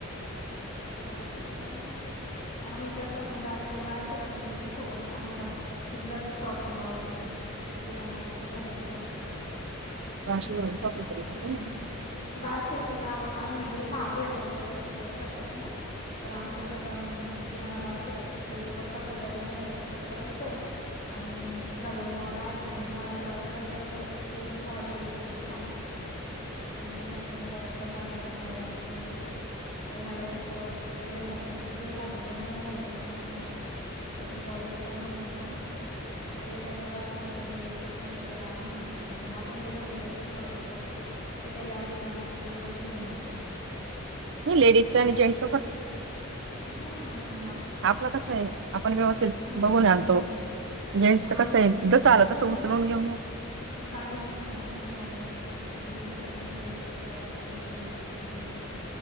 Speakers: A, on the left (about 35°); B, on the right (about 60°).
A: बाकी तर काही नाही, आम्ही कसं मग जातानी बारशीला पण गेलो थोडसं आम्हाला तिथलाच शॉपिंग आवडते मी किराणा वगैरे भरायचा होता.
B: वाशिम
A: मंग अं
B: शॉपिंग केली का
A: हम्म
B: नाही
A: बारशीेच च आवडत. अण म्हणजे इथं आलोय आता वर्ष दीड वर्षापासनं पण आमचं सगळं मं किराणा बारशीलाच असतो, हिच्या पप्पांचा दर महिन्याला एक चक्कर असतो. आणि तिथला जो मॉल आहे तो मॉलच्या बाजूलाच त्यांच स्टेंगचं हॉटेल तिथंच थांबात ते. म ते म्हणतात मी बारशीला जाणार आहे, मग आम्ही यादी करून देतो, आता ह्या वेळेस अं खूप लेट झालं, म्हणजे खूप दिवस झालते दोन महिने झाले किराणाच नव्हता. त्यांचं जायचं पण होतं नव्हतं. आता येता- येता बारशीवरनं यायचं त म्हटलं चला आम्ही पण गेलो नाही, आपण गेलं म्हणजे काहीतरी थोडंफार बघतो. ते काय यादीप्रमाणे तेवढंच घेऊन येतात.
B: नाही लेडीज च आणि जेंटस्
A: लेडीज आणि जेंटस् चा फरक पडतो ना, हा मग आ
B: आपलं कस आहे, आपण व्यवस्थित
A: हा
B: बघून आणतो. जेंट्सच
A: मग आम्ही
B: कस आहे, जसं
A: हम्म.
B: आलं तसं उचलवून घेऊन येते.
A: सांगितलंय ना हे आणायचं मग घ्यायचं आणि घ्यायचं ते आणायचं घ्यायचं निघायचं.